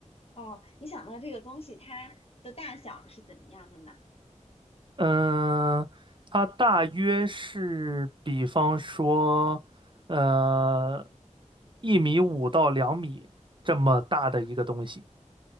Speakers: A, on the left; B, on the right.
A: 哦，你想到这个东西，它的大小是怎么样的呢？
B: 嗯、它大约是，比方说，呃，一米五到两米这么大的一个东西。